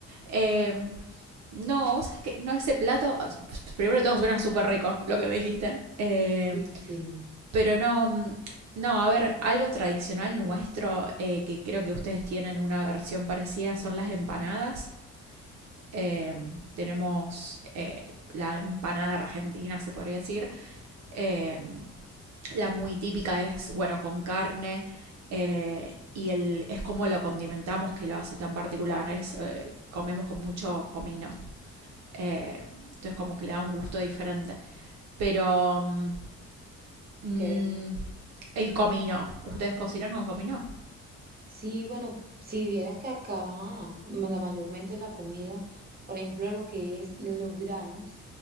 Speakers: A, on the right; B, on the right.
A: Eh, no, vos sabés que no, ese plato, primero de todo suena súper rico, lo que me dijiste, eh,
B: Sí, sí.
A: pero no, mm, no, a ver, algo tradicional nuestro, eh, que creo que ustedes tienen una versión parecida, son las empanadas. Eh, tenemos eh, la empanada argentina, se podría decir. Eh, la muy típica es, bueno, con carne eh, y el, es como lo condimentamos que lo hace tan particular. Es, eh, comemos con mucho comino. Eh, entonces como que le da un gusto diferente. Pero mm,
B: Ok.
A: mm, el comino, ¿ustedes cocinan con comino?
B: Sí, bueno, si vieras que acá ma- la mayormente la comida, por ejemplo, lo que es los granos